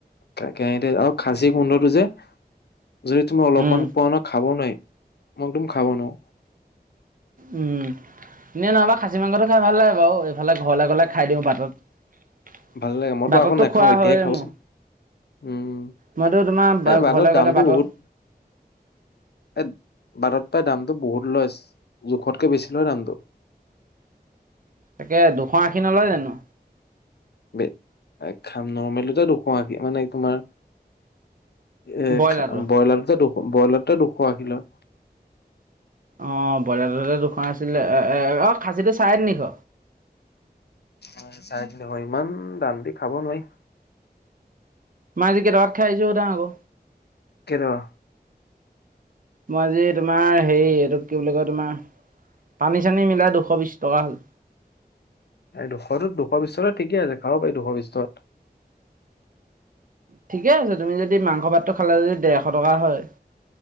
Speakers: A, on the left (about 75°); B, on the right (about 55°).
A: কে কেৰাহীতে আৰু খাচী গোন্ধটো যে যদি তুমি অলপমান
B: উম
A: পোৱা নহয়, খাব নোৱাৰি। মই একদম খাব নোৱাৰোঁ
B: উম, এনেই নহ'বা খাচী মাংসটো খাই ভাল লাগে বাৰু এ এইফালে ঘৰলে গ'লে খাই দিওঁ বাটত।
A: ভাল লাগে, মইতো
B: বাটততো
A: আকৌ নাখাও,
B: খোৱা
A: এতিয়াহে
B: হয়ে
A: খাবচোন
B: মোৰ
A: উম,
B: মইতো তোমাৰ
A: এ বাটত
B: ঘৰলে
A: দামটো
B: গ'লে বাটত
A: বহুত। এই বাটত পাই দামটো বহুত লয়ছ, জোখতকে বেছি লয় দামটো।
B: তাকে দুশ আশী নলয় জানো?
A: বে, বে খাম নৰ্মেলটোতে দুশ আশী, মানে তোমাৰ এ,
B: ব্ৰইলাৰটো
A: খা ব্ৰইলাৰটোতে দুশ, ব্ৰইলাৰটোতে দুশ আশী লয়।
B: অ'ব্ৰইলাৰটোতে দুশ আছিলে, এ, এ, এ অ' খাচীটো চাৰে তিনিশ।
A: চাৰে তিনি শ, ইমান দাম দি খাব নোৱাৰি।
B: মই আজি কেই টকাত খাই আহিছোঁ সুধা আকৌ।
A: কেই টকা?
B: মই আজি তোমাৰ হেৰি, এইটো কি বুলি কয়, তোমাৰ পানী-চানী মিলাই দুশ বিশ টকা হ'ল।
A: এই দুশ দুশ বিশ ঠিকে আছে খাব পাৰি দুশ বিশ টকা।
B: ঠিকে আছে তুমি যদি মাংস ভাতটো খালে যদি ডেৰশ টকা হয়।